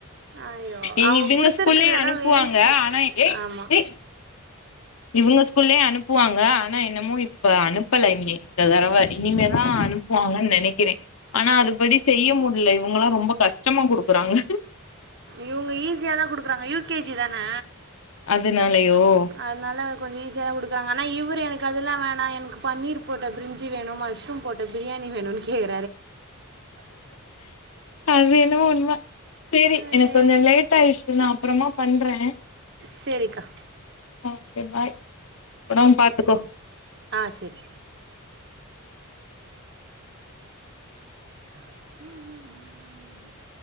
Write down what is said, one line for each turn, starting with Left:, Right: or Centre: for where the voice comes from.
Right: ஐயோ
Left: இவங்க
Right: அவங்க கொடுத்துருக்கறதெல்லாம்
Left: ஸ்கூல்லயு அனுப்புவாங்க
Right: வேஸ்ட்டு
Left: ஆனா ஏ
Right: ஆமாம்
Left: ஏ இவுங்க ஸ்கூல்லயு அனுப்புவாங்க ஆனா என்னமோ இப்ப அனுப்பல இன்னி இந்த தடவ இனிமேதா அனுப்புவாங்கன் நெனைக்கிறே ஆனா அதுபடி செய்ய முடில்ல இவுங்களா ரொம்ப கஷ்டமா குடுக்குறாங்க
Right: இவுங்க ஈஸியா தா குடுக்றாங்க யூகேஜி தான் ன
Left: அதனாலயோ
Right: அதனால கொஞ்சொ ஈஸியாதா குடுக்றாங் ஆனா இவ்ரு எனக்கு அதுல்லா வேணா எனக்கு பன்னீர் போட்ட பிரிஞ்சு வேணு மஷ்ரூம் போட்ட பிரியாணி வேணுன் கேக
Left: அது என்னவோ உண்ம <unintelligible> சேரி
Right: ஐயோ
Left: எனக் கொஞ்சொ லேட் ஆயிர்ச்சு நா அப்றமா பண்றே
Right: செரிக்கா
Left: ஓகே பாய் ஒடம் பாத்துக்கோ
Right: ஆ சரி ஹ்ம் ஹ்ம் ஹ்ம்